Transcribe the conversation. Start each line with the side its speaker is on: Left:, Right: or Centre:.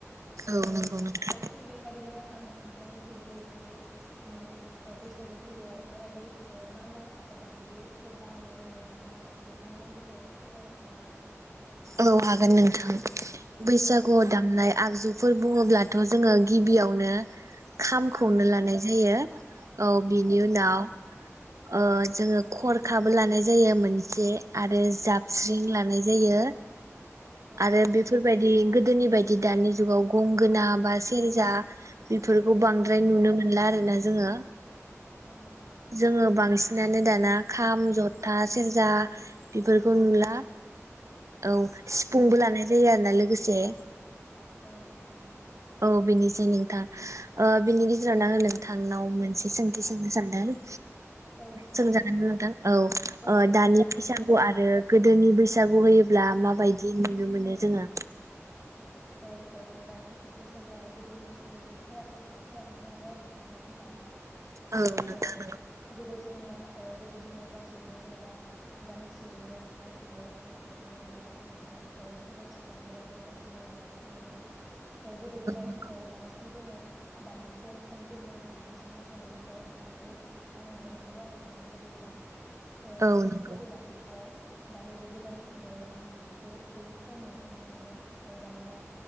Right: औ
Centre: ओ
Right: नंगौ नोंथां
Centre: थिग बेबादिनो आं थांफाय मोन मिथिनो लुबैदों जे जोंनि ओ बैसागो फोरबोआव माबायदि ओ मा मा दामजु फोर बाहायनाय जायो नोंथाङा बेफोरनि मुंफोरखौ एसे फोरमायनो हागोन नामा
Right: औ हागोन नोंथां बैसागुआव
Centre: औ
Right: दामनाय आगजुफोर बुङोब्लाथ जोङो गिबियावनो खामखौनो
Centre: औ
Right: लानाय जायो औ बिनि
Centre: नंगौ
Right: उनाव
Centre: नंगौ
Right: ओ जोङो खरखाबो लानाय जायो मोनसे आरो
Centre: औ
Right: जाबस्रिं लानाय जायो
Centre: औ
Right: आरो
Centre: औ
Right: बेफोरबायदि गो गोदोनि बायदि दानि जुगाव गंगोना बा सेरजा बेफोरखौ बांद्राय
Centre: औ
Right: नुनो मोनला आरो ओमफ्रायना जोङो
Centre: नंगौ
Right: जोङो बांसिन सिनानो दाना खाम जथा सेरजा बेफोरखौ
Centre: औ
Right: नुला औ सिफुंबो लानाय <unintelligible> ना लोगोसे
Centre: औ नंगौ नोंथां
Right: औ बेनोसै नोंथां ओ बिनि गेजेरावनो आं नोंथांखौ थांनाव मोनसे सोंथि थि सोंनो सानदों।
Centre: औ नोंथां
Right: सोंजागोन नोंथां औ
Centre: औ
Right: ओ
Centre: सोंजागोन
Right: दानि
Centre: नोंथां
Right: बैसागु
Centre: थारैनो
Right: आरो गोदोनि बैसा सागु होयोब्ला माबायदि बिदि नुनो मोनो
Centre: औ
Right: जोङो
Centre: औ ओ दानि बैसागो आरो गोदोनि बैसागु जो जोबोद फाराग दं फाराग नुनो मोनो आरो नोंथां नङा होमबा?
Right: औ नोंथां
Centre: ओ गोदो जोंनिया ओ गोदो जोंनिया गासैबो जेनेबा गामिसेयैनो गासैबो ओ जेनेबा गथ' गथाय ओ सेंग्रा सिख्ला बोराय बुरै गासैबो रंजानो थाङोमोन। ओ गोदो गोदाय
Right: नंगौ
Centre: ओ बांसिन जोङो दामजुफोर खामफोरजों जों बांसिन मोसानो ओ ओंखारनायखौ आं नुनो मोनदों आरो नोंथां गोदो गोदाय। ओ
Right: औ
Centre: ओ
Right: नंगौ
Centre: खिनथु दानि जुगाव दानि बे गोदान मुगायाव आं बिब्दिखौ जोबोर खम नुनो थांनो मोनदों ओ दानिया